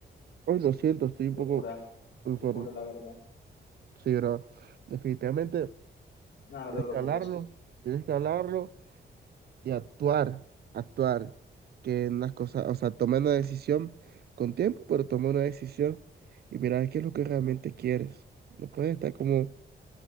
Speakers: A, on the right; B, on the left.
A: Hoy lo siento, estoy un
B: locura,
A: poco informe.
B: locura, la verdad.
A: Sí, bro. Definitivamente
B: Nada, no
A: tienes
B: te preocupes,
A: que hablarlo, tienes que hablarlo y actuar, actuar, que en las cosas, o sea, toma una decisión con tiempo, pero toma una decisión y mira qué es lo que realmente quieres. No puedes estar como,